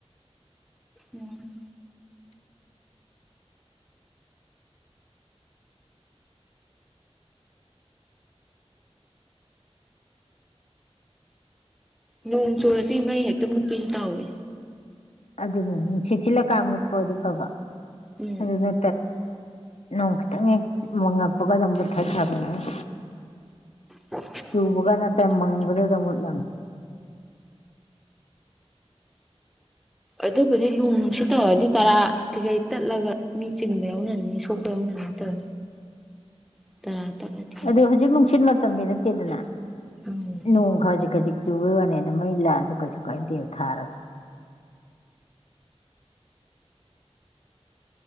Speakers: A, in the centre; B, on the left (about 75°).
A: ꯎꯝ ꯅꯣꯡ ꯆꯨꯔꯗꯤ ꯃꯩ ꯍꯦꯛꯇ ꯃꯨꯠꯄꯤꯁꯤ ꯇꯥꯎꯋꯦ
B: ꯑꯗꯨꯅꯦ ꯅꯨꯡꯁꯤꯠ ꯁꯤꯜꯂꯀꯥꯟ ꯃꯨꯠꯄ ꯑꯣꯏꯗꯤ ꯐꯕ
A: ꯎꯝ
B: ꯑꯗꯨꯅ ꯅꯣꯡ ꯈꯤꯇꯪ ꯍꯦꯛ ꯃꯪꯉꯛꯄꯒ ꯑꯗꯨꯝ ꯃꯨꯊꯠꯈꯔꯕꯅꯦ ꯃꯣꯏ
A: ꯑ <unintelligible>
B: ꯆꯨꯕꯒ ꯅꯠꯇꯦ ꯃꯪꯕꯗꯨꯗ ꯃꯨꯠꯂꯝꯃꯦ
A: ꯑꯗꯨꯕꯨꯗꯤ ꯅꯣꯡ ꯅꯨꯡꯁꯤꯠꯇꯧꯔꯗꯤ ꯇꯔꯥ ꯀꯩꯀꯩ ꯇꯠꯂꯒ ꯃꯤ ꯆꯤꯟꯕ ꯌꯥꯎꯅꯅꯤꯅꯦ ꯁꯣꯛꯄ ꯌꯥꯎꯅꯅꯤ ꯇ <unintelligible> ꯇꯔꯥ ꯇꯠꯂꯗꯤ
B: ꯑꯗꯣ ꯍꯧꯖꯤꯛ ꯅꯨꯡꯁꯤꯠ ꯃꯇꯝꯗꯤ ꯅꯠꯇꯦꯗꯅ
A: ꯎꯝ
B: ꯅꯣꯡ ꯈꯖꯤꯛ ꯈꯖꯤꯛ ꯆꯨꯕ ꯋꯥꯅꯦ ꯑꯗꯨ ꯃꯩ ꯂꯥꯛꯑꯁꯨ ꯀꯩꯁꯨ ꯀꯥꯏꯗꯦꯕ ꯊꯥꯔ